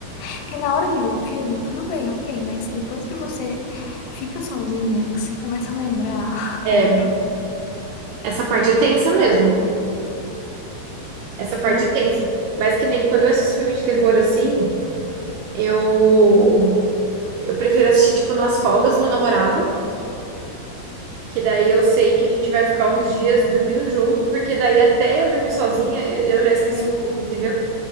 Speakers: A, on the left (about 80°); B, on the right (about 85°).
A: Porque na hora de ver o filme, tudo bem, ok, mas depois que você fica sozinha, que você começa a lembrar, <laughs>
B: É,
A: aí que eu,
B: essa parte é tensa mesmo. Essa parte
A: eu é, horrível.
B: é tensa. Mas que nem quando eu assisto filme de terror assim, eu eu prefiro assistir tipo nas folgas do meu namorado, que daí eu sei que a gente vai ficar uns dias dormindo junto, porque daí até eu dormir sozinha, eu eu já esqueci
A: é,
B: um pouco, entendeu?